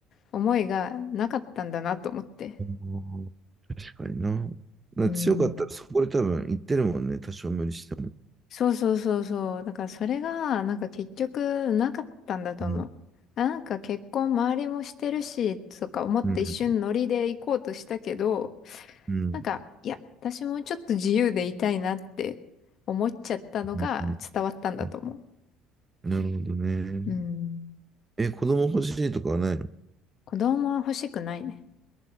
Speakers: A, on the left (about 55°); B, on the right (about 25°).
A: 思いがなかったんだなと思って。
B: うん確かにな。な強かったらそこで多分言ってるもんね。
A: うん。
B: 多少無理しても。
A: そうそうそうそう。だからそれが、なんか結局なかったんだと思う。
B: うん。
A: あなんか結婚周りもしてるし、とか思って一瞬ノリで行こうとしたけど、
B: うん、うん、
A: なんか、いや、私もちょっと自由でいたいなって思っちゃったのが伝わったんだと思
B: うん、うん。うんなるほどね。
A: う。うん。
B: え、子供欲しいとかはないの
A: 子供は欲しくないね。